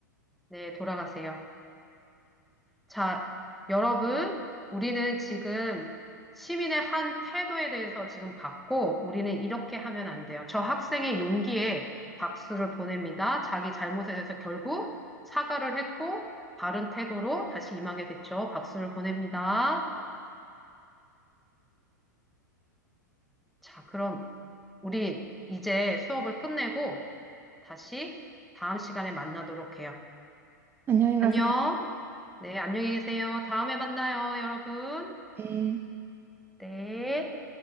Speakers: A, in the centre; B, on the right.
A: 네, 돌아가세요. 자, 여러분, 우리는 지금 시민의 한 태도에 대해서 지금 받고, 우리는 이렇게 하면 안 돼요. 저 학생의 용기에 박수를 보냅니다. 자기 잘못에 대해서 결국 사과를 했고, 바른 태도로 다시 임하게 됐죠. 박수를 보냅니다. 자, 그럼 우리 이제 수업을 끝내고 다시 다음 시간에 만나도록 해요.
B: 안녕히
A: 안녕.
B: 가세요.
A: 네, 안녕히 계세요. 다음에 만나요, 여러분.
B: 네.
A: 네.